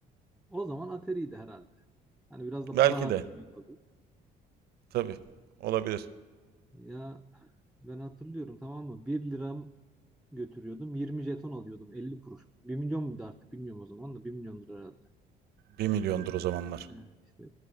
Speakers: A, in the centre; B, on the right (about 70°).
A: o zaman ateriydi herhalde. Hani biraz da
B: Belki
A: para harcanıyor
B: de.
A: tabii.
B: Tabii. Olabilir.
A: Ya ben hatırlıyorum tamam mı? Bir liram götürüyordum. 20 jeton alıyordum. 50 kuruş. Bir milyon muydu artık bilmiyorum o zaman da 1 milyondur herhalde.
B: Bir milyondur o zamanlar.
A: He, işte